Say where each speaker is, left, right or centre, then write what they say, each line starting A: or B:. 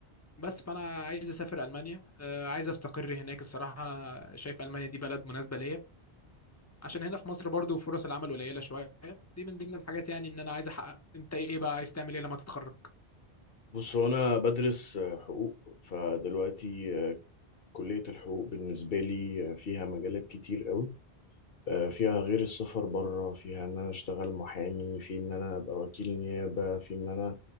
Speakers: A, on the left; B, on the left.
A: بس فانا عايز اسافر المانيا آه، عايز استقر هناك الصراحه انا شايف المانيا دي بلد مناسبه ليا عشان هنا في مصر برضو فرص العمل قليله شويه دي من ضمن الحاجات يعني ان انا عايز احقق انت ايه بقى عايز تعمل ايه لما تتخرج
B: بص هو انا بدرس آه، حقوق فدلوقتي آه، كلية الحقوق بالنسبة لي آه، فيها مجالات كتير قوي آه، فيها غير السفر بره فيها ان انا اشتغل محامي في ان انا ابقى وكيل نيابة في ان انا